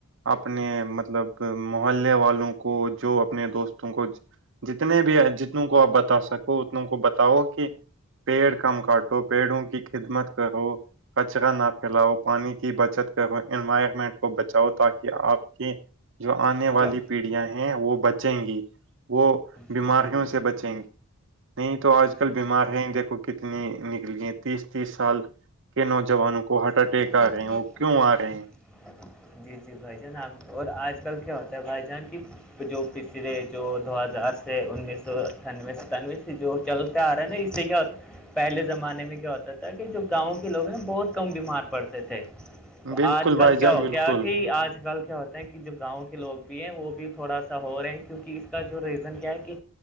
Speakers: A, on the right; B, in the centre.
A: اپنے مطلب محللے والوں کو جو اپنے دوستوں کو جتنے بھی جتنوں کو آپ بتا سکو اتنوں کو بتاؤ کہ پیڑ کم کاٹو پیڑوں کی خدمت کرو کچرا نہ پھیلاؤ پانی کی بچت کر ہو انوائرمنٹ کو بچاؤ تاکہ آپ کی جو آنے
B: جو
A: والی پیڑیاں ہیں وہ بچیں گی وہ بیماریوں
B: جی جی بالکل
A: سے بچیں گی نہیں تو آج کل
B: جی
A: بیماریاں ہی دیکھو گی کتنی نکلی ہیں تیس تیس سال کے نوجوانوں کو ہارٹ اٹیک
B: <unintelligible>
A: آ رہے ہیں وہ کیوں آ رہے ہیں
B: جی جی بھائی جان آ اور آج کل کیا ہوتا ہے بھائی جان کی جو پچھلے جو دو ہزار سے انیس سو اٹھانوے ستانوے سے جو چلتے آ رہا ہے نا اسے کیا ہوتا ہے پہلے زمانے میں کیا ہوتا تھا کہ جو گاؤں کے لوگ ہیں بہت کم بیمار پڑتے تھے تو
A: بالکل
B: آج کل
A: بھائی
B: کیا
A: جان
B: ہو
A: بالکل
B: کیا کہ آج کل کیا ہوتا کہ جو گاؤں کے لوگ بھی ہیں وہ بھی تھوڑا سا ہو رہے ہیں کیونکہ اس کا جو ریزن کیا ہے کہ